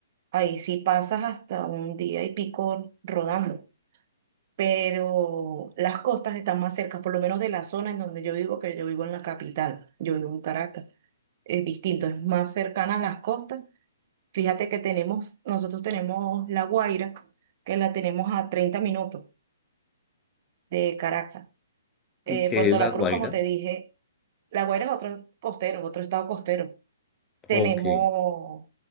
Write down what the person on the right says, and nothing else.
ahí sí pasas hasta un día y pico rodando. Pero las costas están más cercas, por lo menos de la zona en donde yo vivo, que yo vivo en la capital, yo vivo en Caracas. Es distinto, es más cercana a las costas. Fíjate que tenemos, nosotros tenemos La Guaira, que la tenemos a 30 minutos de Caracas.
Eh,
Puerto
La
Cruz, como te dije La Guaira es otro costero, otro estado costero. Tenemos